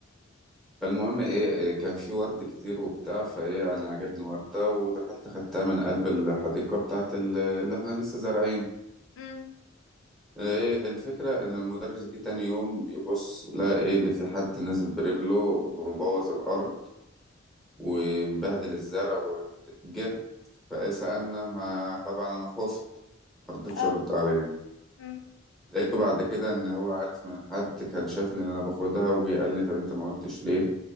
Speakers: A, in the centre; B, on the left (about 85°).
A: فالمهم ايه إيه، كان في ورد كتير وبتاع فايه انا عجبني وردة ودخلت خدتها من قلب الحديقة بتاعت ال- اللي احنا لسه زارعين
B: امم
A: ايه الفكرة ان المدرس جه تاني يوم يبص لقى ايه اللي في حد نازل برجله مبوظ الارض ومبهدل الزرع وجه فايه سألنا ما طبعا انا خفت مرضتش
B: آه.
A: ارد عليه
B: مم.
A: لقيته بعد كده ان هو عارف من حد كان شافني اللي انا باخدها وجه قال لي طب انت ما قلتش ليه